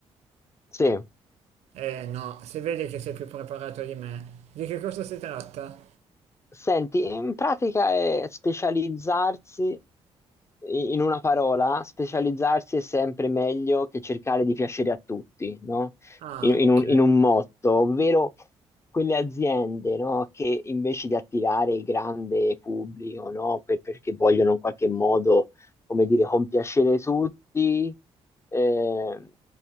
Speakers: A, on the left (about 25°); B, on the right (about 75°).
A: Sì,
B: Eh no, si vede che sei più preparato di me. Di che cosa si tratta?
A: senti, in pratica è specializzarsi in una parola, specializzarsi è sempre meglio che cercare di piacere a tutti, no?
B: Ah,
A: In, in
B: ok.
A: un, in un motto, ovvero quelle aziende, no, Che invece di attirare il grande pubblico, no, per- perché vogliono in qualche modo, come dire, compiacere tutti, eh,